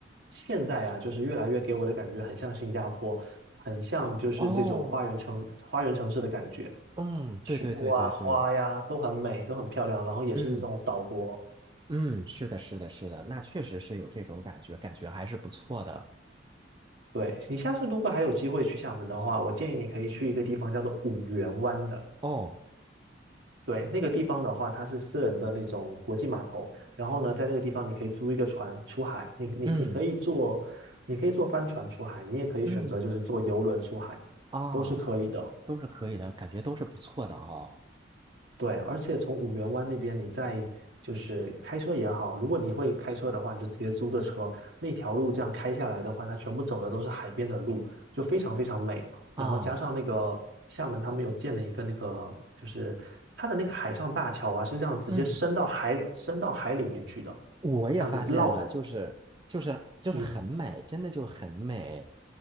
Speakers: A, on the right; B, on the right.
A: 现在呀、就是越来越给我的感觉很像新加坡，很像就是这种花园城、
B: 哦，
A: 花园城市的感觉，
B: 嗯，对对对对对，
A: 树啊、花呀都很美，都很漂亮，然后也是这种岛国。
B: 嗯嗯，是的，是的，是的，那确实是有这种感觉，感觉还是不错的。
A: 对，你下次如果还有机会去厦门的话，我建议你可以去一个地方叫做五缘湾的。
B: 哦。
A: 对，那个地方的话，它是私人的那种国际码头，然后呢，在那个地方你可以租一个船出海，你你你可以坐，
B: 嗯
A: 你可以坐帆船出海，你也可以选择就是坐游轮出海，
B: 嗯啊，
A: 都是可以的。
B: 都是可以的，感觉都是不错的哦。
A: 对，而且从五缘湾那边，你再就是开车也好，如果你会开车的话，你就直接租个车，那条路这样开下来的话，它全部走的都是海边的路，就非常非常美。
B: 啊，
A: 然后加上那个厦门，他们有建了一个那个，就是它的那个海上大桥啊，是这样直接伸到海里，
B: 嗯，
A: 伸到海里面去的，
B: 我也发现了，
A: 这样子绕
B: 就是就是就是很美，
A: 你，
B: 真的就很美，